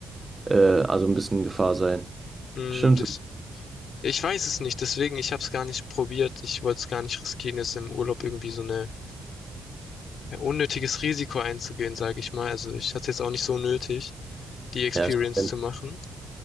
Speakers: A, on the right (about 15°); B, on the left (about 65°).
A: äh, also ein bisschen Gefahr sein.
B: Hm,
A: Stimmt.
B: das, ich weiß es nicht, deswegen, ich habe es gar nicht probiert. Ich wollte es gar nicht riskieren, jetzt im Urlaub irgendwie so eine, ja, unnötiges Risiko einzugehen, sage ich mal. Also ich hatte jetzt auch nicht so nötig, die Experience
A: Ja, es ist
B: zu machen.